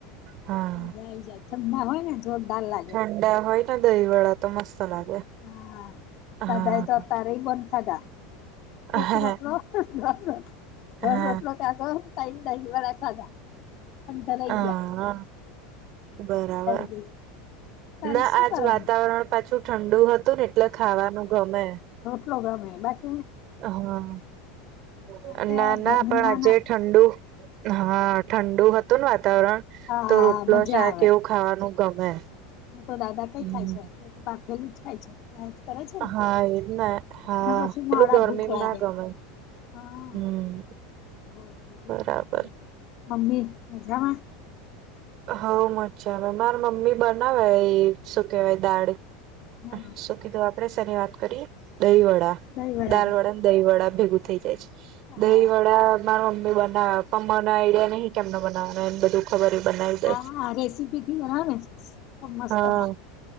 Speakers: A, on the right; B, on the left.
A: હા
B: મજા આવી જાય ઠંડા હોય ને જોરદાર લાગે.
A: ઠંડા હોય ને દહી વળા તો મસ્ત લાગે.
B: હા દાદા
A: હા
B: એ તો તારે બંધ ખાધા એક
A: હા
B: રોટલો- - ર
A: હા
B: નરરોતલો ક તો તમ લવા રા ખાદ- - અંદર હૈએ-
A: હા
B: -
A: બરાબર
B: ગઈ તારે
A: ના
B: શું
A: આજ
B: કરવાનું
A: વાતાવરણ પાછું ઠંડુ હતું- - તું ને એટલે ખાવાનું ગમે.
B: પ્રોગામમે બાત- -
A: હા
B: કારણ કે
A: ના ના
B: ઘરની
A: પણ
B: માં
A: આજે
B: ના
A: ઠંડુ- - હા ઠંડુ હતું ને વાતાવરણ
B: હા
A: તો રોટલો
B: મજા
A: શાક
B: આવે
A: એવું ખાવાનું ગમે.
B: તો દાદા કઈ
A: હમ
B: થાય છે એ બાફેલું જ ખાય છેઈ? કર છે ને
A: હા એજ ને હા
B: અને પછી
A: પેલું
B: માડા
A: ગરમી
B: ભૂખ લાગે
A: ના ગમે
B: હ- -
A: હમ.
B: બોલ બીજુંતા
A: બરાબર
B: મમ્મી મજામાં?
A: હઉ મજા મારા મમ્મી બનાવે એ શું કેહેવાય દાળ- -
B: હા
A: શું કીધું આપડણે શની વાત કરીએ દહી વડા
B: દહીવડાની
A: દાલ વડા- - દહીં વડા ભેગું થઈ જાય છે
B: હા
A: દહી વડા- - માર મમ્મી બના પમ્મા ના આઈડિયા નહિ કેમને બનાવા એને બધું ખબર બનાવી દે.
B: હા હા રેસીપી થી બના ને મસ્ત
A: હા
B: થાય.